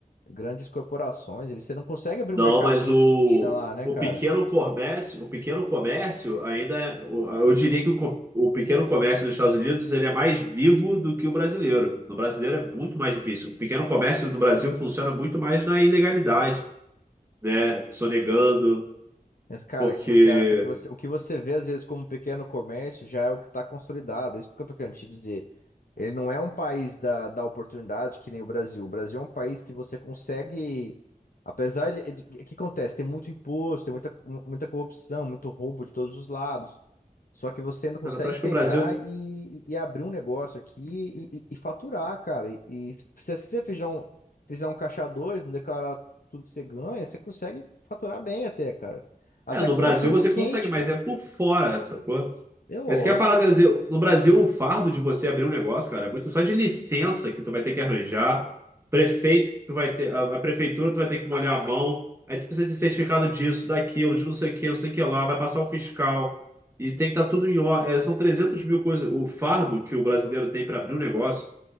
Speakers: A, on the left; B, on the right.
A: grandes corporações, eles, você não consegue abrir
B: Não,
A: um mercadinho
B: mas o,
A: de esquina lá, né,
B: o
A: cara?
B: pequeno comércio, o pequeno comércio ainda, é- o- eu diria que o, co- o pequeno comércio nos Estados Unidos ele é mais vivo do que o brasileiro. No brasileiro é muito mais difícil. O pequeno comércio no Brasil funciona muito mais na ilegalidade, né? Sonegando,
A: Mas, cara,
B: porque
A: que você, é que você, o que você vê às vezes como pequeno comércio já é o que está consolidado. É isso que eu tô querendo te dizer. Ele não é um país da, da oportunidade que nem o Brasil. O Brasil é um país que você consegue. Apesar de. de- O que acontece? Tem muito imposto, tem muita, muita corrupção, muito roubo de todos os lados. Só que você ainda consegue
B: cara, eu acho
A: pegar
B: que o Brasil,
A: e, e abrir um negócio aqui e, e- e faturar, cara. E, e se você fizer um, fizer um caixa dois, não declarar tudo que você ganha, você consegue faturar bem até, cara. Até
B: é, no
A: com
B: Brasil
A: cachorro
B: você
A: quente,
B: consegue, mas
A: cara.
B: é por fora, sacou?
A: É lógico.
B: Esse que é a parada, quer no Brasil, o fardo de você abrir um negócio, cara, é muito só de licença que tu vai ter que arranjar, prefeito que tu vai ter, a, a prefeitura tu vai ter que molhar a mão, aí tu precisa de certificado disso, daquilo, de não sei o que, não sei o que lá, vai passar o fiscal, e tem que estar tudo em ordem. são 300 mil coisas. O fardo que o brasileiro tem para abrir um negócio